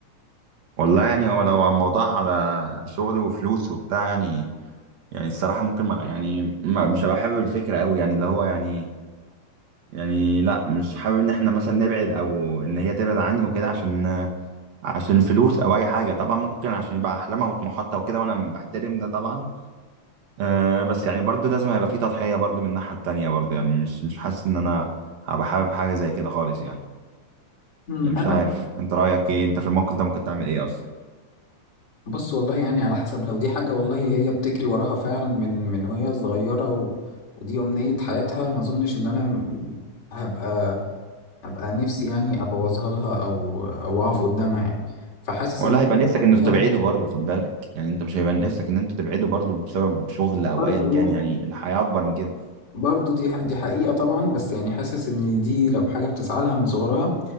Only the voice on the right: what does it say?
والله يعني هو لو الموضوع على شغل وفلوس وبتاع يعني يعني الصراحة ممكن ما يعني ما مش هبقى حابب الفكرة قوي يعني اللي هو يعني يعني لا مش حابب ان احنا مثلا نبعد او ان هي تبعد عني وكده عشان عشان فلوس او اي حاجه طبعا ممكن عشان يبقى احلامها وطموحاتها وكده وانا بحترم ده طبعا أه بس يعني برضه لازم هيبقى في تضحيه برضه من الناحيه التانيه برضه يعني مش مش حاسس ان انا هبقى حابب حاجه زي كده خالص يعني
يعني مش
عارف انت رايك ايه انت في الموقف ده ممكن تعمل ايه اصلا
ولا
هيبقى نفسك انك
تبعده برضه خد بالك يعني انت مش هيبقى نفسك ان انت تبعده برضه بسبب شغل او
ايا كان يعني الحياه اكبر من كده